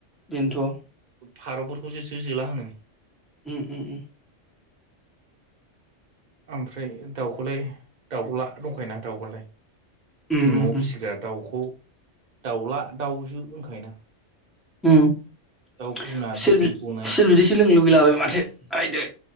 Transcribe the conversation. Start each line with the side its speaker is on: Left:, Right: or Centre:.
Centre: बेनोथ'
Right: फारौफोरखौसो जो जोला होनो
Centre: ओम ओम ओम
Right: ओमफ्राय दाउखौलाय दाउला दंखायोना दावखौलाय
Centre: उम
Right: दि न'आव
Centre: उम उम
Right: फिसिग्रा दाउखौ दाउला दाउजो होनखायोना
Centre: ओम
Right: दाउ
Centre: खुसेर
Right: बिमा बिदै
Centre: बि
Right: गनाय
Centre: बिदैसो लोंनो लुबैलाबायबाय माथो आयदै